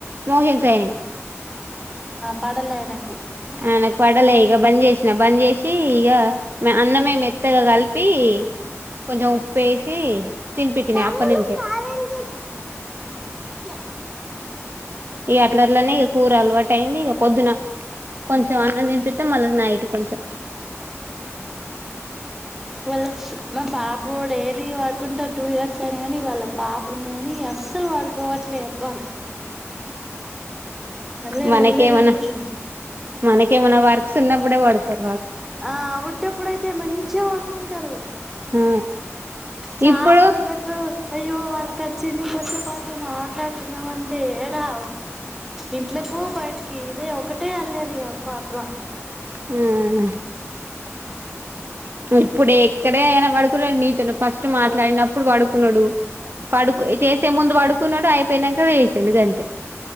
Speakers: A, on the right; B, in the centre.
A: మోషన్స్ అయినాయి.
B: పడలేను
A: ఆ నాకు పడలే ఇగ బంద్ చేసిన బంద్ చేస్ సి ఇగా అన్నమే మెత్తగా కలిపి కొంచెం ఉప్పేసి తినిపిచ్చినా
B: తమ్ముడు
A: అప్పన్నుంచే.
B: కాలని క్కడ
A: ఇగ అట్లట్లనే ఇగ కూర అలవాట్ టైంది ఇక పొద్దున కొంచెం అన్నం తినిపిత్తే, మళ్ళా నైట్ కొంచెం
B: ఇవ్వాళ స్ మా బాబుగూడ డేలీ ఇవ్వాల్ కుంటాడ్ టూ ఇయర్స్ అయినా గానీ వాళ్ళ పాప ఉన్నా గానీ అస్సలు పడుకోవట్లే బ్బా అల్లరి
A: మనకేమన్న
B: అల్లరి అల్లరి
A: మనకేమన్న వర్ సున్నప్పుడే పడుకోద్
B: ఆ ఉట్టప్పుడుయితే మంచిగా పండుకుంటరు,
A: ఆ
B: చానా
A: ఇప్పుడు
B: రోజులకు అయ్యో వర్క్ వచ్చింది కూసేపట్ల మాట్లాడుకుందాం అన్నాడు అంటే ఏడా ఇంట్లకు బయటికి ఇదే ఒ ఒకటే అల్లేరి అబ్బ బ్బా
A: హ్మ్ ఇప్పుడే ఇక్కడే అయినా పడుకున్నాడు నీతో నే ఫస్ట్ మాట్లాడినప్పుడు పడుకున్నాడు. పడుకు చేసే ముందు పడుకున్నాడు ఐ పేయినంక లేసిండు గంతే